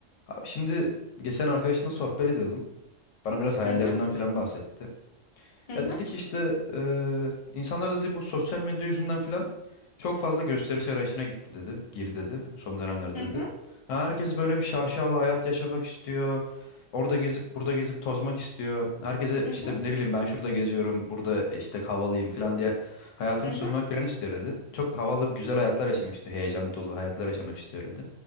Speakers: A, on the left (about 75°); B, on the left (about 50°).
A: Abi şimdi geçen arkadaşımla sohbet ediyordum. Bana biraz hayallerinden
B: Hı hı,
A: filan bahsetti.
B: hı
A: Ya
B: hı,
A: dedi ki işte eee insanlar dedi bu sosyal medya yüzünden filan çok fazla gösteriş arayışına gitti dedi. Gir dedi son dönemlerde
B: hı hı,
A: dedi. Ha, herkes böyle bir şaşalı hayat yaşamak istiyor. Orada gezip burada gezip tozmak istiyor. Herkese
B: hı
A: işte
B: hı,
A: ne bileyim ben şurada geziyorum, burada işte havalıyım filan diye hayatını
B: hı hı,
A: sunmak filan istiyor dedi. Çok havalı güzel hayatlar yaşamak istiyor. Heyecan dolu hayatlar yaşamak istiyor dedi.